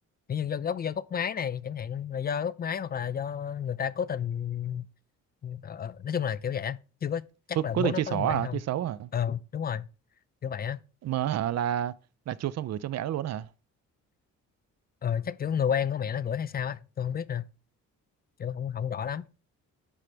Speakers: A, on the left (about 30°); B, on the right (about 60°).
A: kiểu như do gốc do gốc máy này chẳng hạn là do gốc máy hoặc là do người ta cố tình ờ, ờ, nói chung là kiểu vậy á. chưa có chắc
B: cố,
A: là
B: cố
A: bố
B: tình
A: nó
B: chơi
A: có
B: xỏ
A: như vậy
B: hả
A: không
B: chơi xấu hả
A: ờ đúng rồi kiểu vậy á
B: mà hả là là chụp xong gửi cho mẹ nó luôn hả
A: ờ chắc kiểu người quen của mẹ nó gửi hay sao á tôi không biết nè kiểu không không rõ lắm